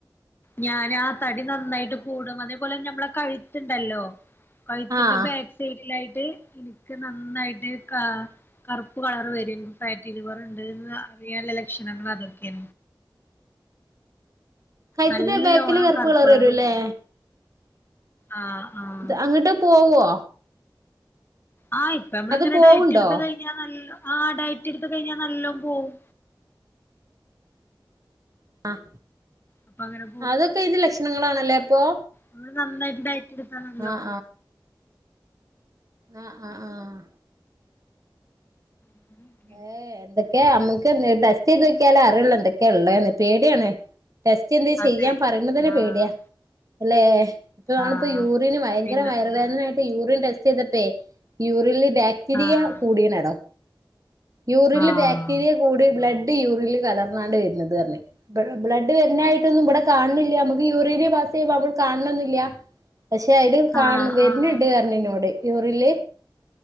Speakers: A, on the left; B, on the right.
A: ഞാനാ തടി നന്നായിട്ട് കൂടും അതേപോലെ ഞമ്മളെ കഴുത്ത്ണ്ടല്ലോ. കഴുത്തിന്റെ
B: ആഹ്
A: ബാക്ക് സൈഡിലായിട്ട് നിക്ക് നന്നായിട്ട് കാ. കറുപ്പ് കളർ വര ഫാറ്റിലിവർണ്ട്ന്ന് അറിയാനുള്ള ലക്ഷണങ്ങളാതൊക്കെ
B: കഴുത്തിന്റെ
A: നല്ലോണം
B: ബേക്കില് കർപ്പ്
A: കറുപ്പ്
B: കളർ വരുല്ലേ
A: കൂടും ആഹ് ആഹ്
B: അങ്ങട്ട് പോവോ
A: ആഹ ഇപ്പമ്മള്ങ്ങനെ
B: അത് പോവുണ്ടോ
A: ഡയറ്റ് എടുത്ത കഴിഞ്ഞാൽ നല്ല ആഹ ഡയറ്റ് എടുത്ത കഴിഞ്ഞാ നല്ലൊം പോവും
B: ആഹ
A: അപ്പൊ അങ്ങനെ
B: അതൊക്കയിന്റെ ലക്ഷണങ്ങളാണല്ലേ അപ്പൊ
A: അത് നന്നായിട്ട് ഡയറ്റെടുത്താനല്ലോ
B: ആഹ് ആഹ ആഹ ആഹ
A: അങ്ങനെയൊക്കെ
B: ഏഹ എന്തൊക്കെ അമ്മക്ക് ടെസ്റ്റ് ചെയ്തോക്കിയാലേ അറിയൊള്ളു എന്തൊക്കെള്ളേന്ന് പേടിയാണ് ടെസ്റ്റ് എന്തേ ചെയ്യാൻ
A: അതെ
B: പറയുമ്പ തന്നെ
A: ആഹ്
B: പേടിയ ലേ താണിപ്പോ
A: ആഹ്
B: യൂറീന് ഭയങ്കര
A: പിന്നെന്താ
B: വയർവേദനായി ട്ട് യൂറീൻ ടെസ്റ്റ് ചെയ്തപ്പേ യൂറിൻല് ബാക്ടീരിയ
A: ആഹ്
B: കൂടിണടോ യൂറിൻല്
A: ആഹ്
B: ബാക്ടീരിയ കൂടി ബ്ലഡ് യൂറില് കലർന്നാണ്ട് വരുന്നത് അർഞ് ബ്ലഡ് വരുന്ന ആയ്ട്ടൊന്നും വടെ കാണില്ല മക്ക് യൂറീന പാസ് ചെയ്യ്പ നമ്മൾ കാണന്നില്ല പഷേ അയില് കാണ
A: ആഹ്
B: വര്ണ്
A: ആഹ്
B: പറഞ്ഞ് ന്നോട് യുറിൻല്